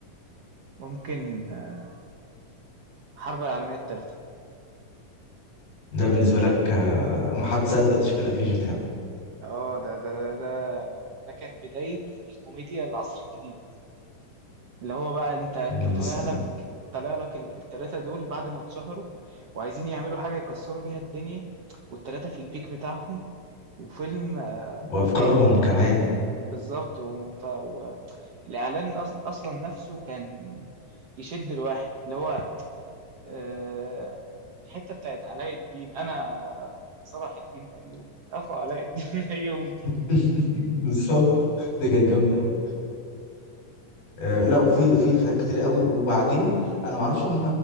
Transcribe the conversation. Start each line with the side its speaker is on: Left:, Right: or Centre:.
Right: ممكن آه، الحرب العالمية الثالثة
Left: ده بالنسبه
Right: ال-
Left: لك آه، ما هتصدق تشوف الافيش بتاعه
Right: اه ده ده ده ده ده كان بداية الكوميديا العصر الجديد اللي هو بقى انت انت
Left: الس-
Right: طالع لك طالع لك ال- التلاتة دول بعد ما اتشهروا وعايزين يعملوا حاجة يكسروا بيها الدنيا والتلاتة في البيك بتاعهم وفيلم آه،
Left: وافكارهم
Right: وجايب
Left: كمان
Right: بالظبط وانت- والإعلان أص- أصلا نفسه كان يشد الواحد اللي هو آه، الحته بتاعت علاء الدين انا صلاح الدين الايوبي اخو علاء الدين <laughs> الايوبي
Left: <laughs> بالظبط دي كانت جامده قوي آه، لا وفي في افيهات كتير قوي وبعدين انا ما اعرفش هم